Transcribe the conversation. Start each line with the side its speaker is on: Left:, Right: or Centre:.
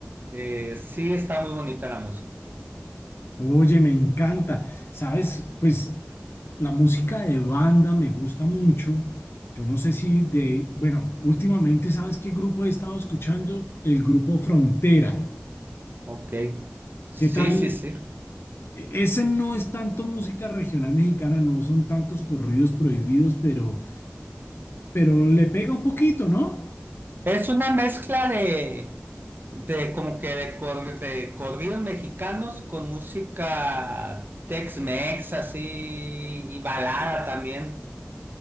Right: Eh, sí, está muy bonita la música.
Left: Oye, me encanta. Sabes, pues la música de banda me gusta mucho. Yo no sé si de, bueno, últimamente, ¿sabes qué grupo he estado escuchando? El grupo Frontera.
Right: Ok. Sí,
Left: ¿Qué tal?
Right: sí, sí.
Left: E- Ese no es tanto música regional mexicana, no son tantos corridos prohibidos, pero, pero le pega un poquito, ¿no?
Right: Es una mezcla de, de como que de, cor- de corridos mexicanos con música Tex-Mex así y balada también.